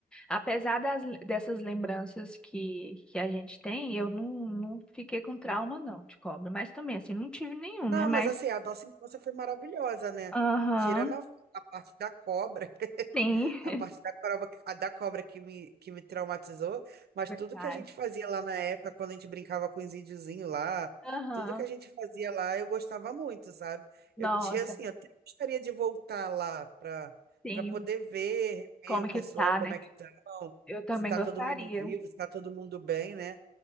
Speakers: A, in the centre; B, on the right.
A: Apesar das, dessas lembranças que, que a gente tem, eu não, não fiquei com trauma, não, de cobra. Mas também, assim, não tive nenhum,
B: Não,
A: né? Mas,
B: mas assim, a nossa infância foi maravilhosa, né?
A: aham,
B: Tirando a, a parte da cobra, <laughs>
A: sim.
B: a
A: <laughs>
B: parte da cobra, a da cobra que me, que me traumatizou, mas
A: Verdade.
B: tudo que a gente fazia lá na época, quando a gente brincava com os índiozinhos lá,
A: Aham,
B: tudo que a gente fazia lá, eu gostava muito, sabe?
A: nossa,
B: Eu tinha, assim, eu até gostaria de voltar lá para
A: sim.
B: para poder ver, rever
A: Como
B: o
A: que
B: pessoal,
A: tá,
B: como
A: né?
B: é que estão,
A: Eu também
B: se tá
A: gostaria,
B: todo mundo vivo, se tá todo mundo bem, né?